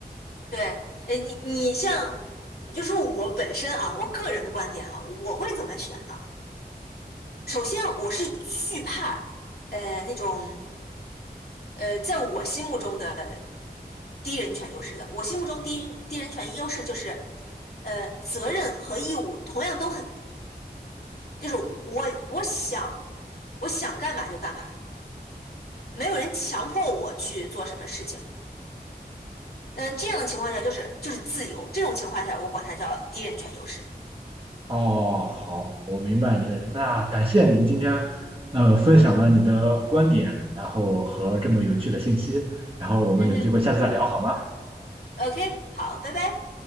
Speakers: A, on the left; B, on the right.
A: 对，哎，你你像，你就说我本身啊，我个人观点啊，我会怎么选哈、首先，我是惧怕呃那种呃在我心目中的低人权优势的。我心目中低低人权优势就是呃责任和义务同样都很低，就是我我想我想干嘛就干嘛，没有人强迫我去做什么事情。嗯，这样的情况下就是就是自由，这种情况下我管它叫低人权优势。
B: 哦，好，我明白你的。那感谢您今天呃分享了你的观点，然后和这么有趣的信息，然后我们有机会下次再聊好吗？
A: 嗯。OK，好，拜拜。